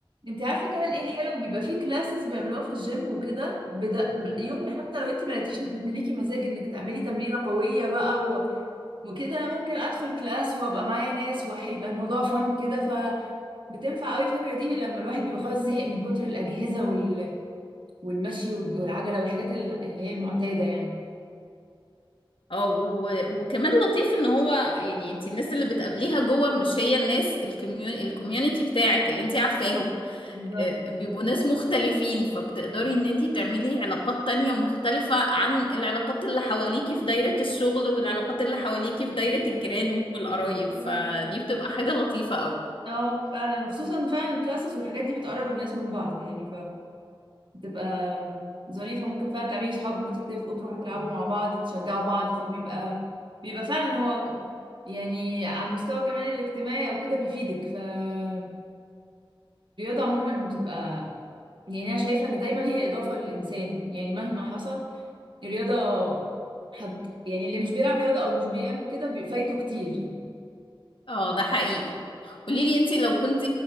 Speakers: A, on the right (about 60°); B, on the left (about 70°).
A: انت عارفه كمان ايه الحلو بيبقى فيه كلاسز بيعملوها في الجيم وكده بدا يوم حتى لو انت ما لقيتيش ليكي مزاج انك تعملي تمرينه قويه بقى و... وكده انا ممكن ادخل كلاس وابقى معايا ناس وهيبقى الموضوع فن كده بتنفع قوي الفكرة دي لما الواحد بيبقى خلاص زهق من كتر الأجهزة وال... والمشي وال- والعجلة والحاجات ال- اللي هي المعتادة يعني
B: اه و- وكمان لطيف ان هو يعني انت الناس اللي بتقابليها جوه مش هي الناس الكميوني الكوميونتي بتاعك اللي انت عارفاهم
A: آه، بالظبط
B: آه، بيبقوا ناس مختلفين فبتقدري ان انت تعملي علاقات تانية مختلفة عن العلاقات اللي حواليكي في دايرة الشغل والعلاقات اللي حواليكي في دايرة الجيران والقرايب
A: بالظبط
B: فدي
A: كده.
B: بتبقى حاجة لطيفة قوي
A: اه فعلا وخصوصا فعلا الكلاسز والحاجات دي بتقرب الناس من بعض يعني فبتبقى ظريفة ممكن فعلا تعملي صحاب ممكن تتفقوا تروحوا تلعبوا مع بعض تشجعوا بعض فبيبقى بيبقى فعلا هو ك- يعني على المستوى كمان الاجتماعي او كده بيفيدك فالرياضة عموما بتبقى يعني انا شايفة ان دايما هي اضافة للانسان يعني مهما حصل الرياضة حد يعني اللي مش بيلعب رياضة أو مش بيعمل كده بي- فايته كتير يعني
B: اه ده حقيقي قوليلي انت لو كنت